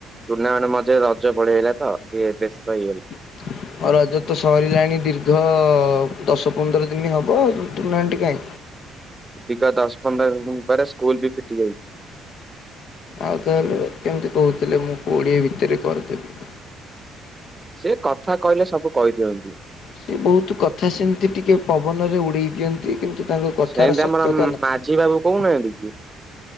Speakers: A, on the right; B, on the left.
A: ଟୁର୍ଣ୍ଣାମେଣ୍ଟ ମଝୁରେ ରଜ ପଳେଇ ଆଇଲା ତ ଟିକେ ବ୍ୟସ୍ତ ହେଇଗଲେ।
B: <inaudible> ହଉ ରଜ ତ ସରିଲାଣି ଦୀର୍ଘ ଦଶ ପନ୍ଦର ଦିନ ହବ <inaudible> କାହିଁ।
A: ଦୀର୍ଘ ଦଶ ପନ୍ଦର ଦିନ ପରେ ସ୍କୁଲ ବି ଫିଟି ଯାଇଛି।
B: ଆଉ ତାହେଲେ କେମିତି କହୁଥିଲେ ମୁଁ କୋଡିଏ ଭିତରେ କରିଦେବି।
A: ସେ କଥା କହିଲେ ସବୁ କହିଦିଅନ୍ତି।
B: ସେ ବହୁତ କଥା ସେମିତି ଟିକେ ପବନରେ ଉଡେଇ ଦିଅନ୍ତି କିନ୍ତୁ ତାଙ୍କ କଥାର
A: ସେମିତି
B: ସତ୍ୟତା
A: ଆମର
B: ନଥାଏ।
A: ମାଝି ବାବୁ କହୁନାହାନ୍ତି କି